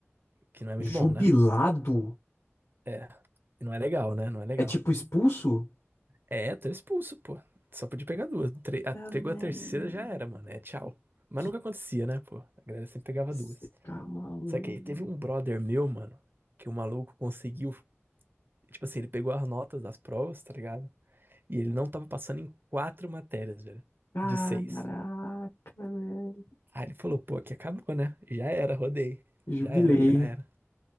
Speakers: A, on the right; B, on the left.
A: que não é muito
B: Jubilado?
A: bom, né? É, e não é legal, né? Não é legal.
B: É tipo expulso?
A: É, tu era expulso, pô. Só podia pegar duas. Tre- a-
B: Ah,
A: pegou
B: velho.
A: a terceira, já era, mano. É tchau. Mas
B: Que...
A: nunca acontecia, né, pô? A galera sempre pegava
B: Você
A: duas.
B: tá maluco?
A: Só que aí teve um brother meu, mano, que o maluco conseguiu, tipo assim, ele pegou as notas das provas, tá ligado? E ele não tava passando em quatro matérias, velho,
B: Caraca,
A: de seis.
B: velho.
A: Aí ele falou, pô, aqui acabou, né? Já era, rodei.
B: Jubilei.
A: Já era, já era.